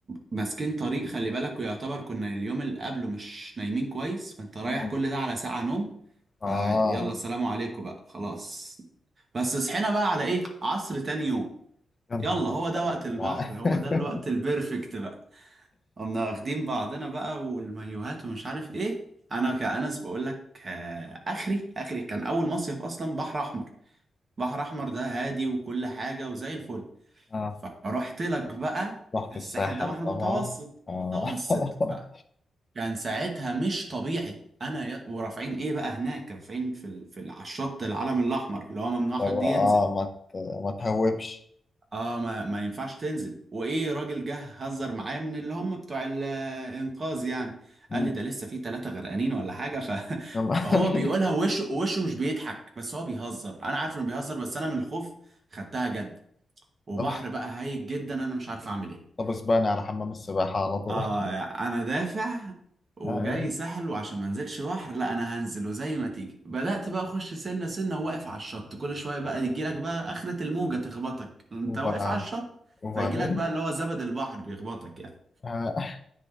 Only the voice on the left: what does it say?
مم.
آه
يا
نهار أزرق
يا
جدعان
<laughs>
آه.
رحت
الساحل
طبعا
آه.
<laughs>
لو
اه ما ت- ما تهوبش
مم.
<laughs>
طب
طب اسباني على حمام السباحة على طول
<laughs> آه.
وبعد
وبعدين
<laughs> آه.